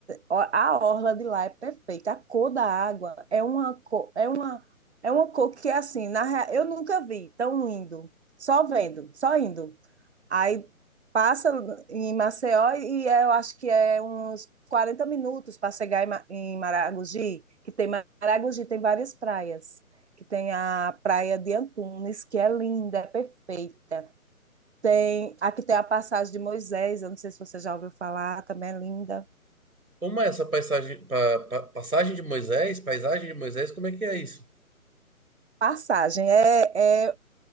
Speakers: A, on the right; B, on the right.
A: A orla de lá é perfeita. A cor da água é uma cor, é uma, é uma cor que assim, na real, eu nunca vi tão lindo. Só vendo, só indo. Aí passa em Maceió e é- eu acho que é uns 40 minutos para chegar em Ma- em Maragogi, que tem Maragogi, tem várias praias, que tem a praia de Antunes, que é linda, é perfeita. Tem, aqui tem a passagem de Moisés, eu não sei se você já ouviu falar, também é linda.
B: Como é essa paisagem, pa- pa- passagem de Moisés? Paisagem de Moisés, como é que é isso?
A: Passagem é, é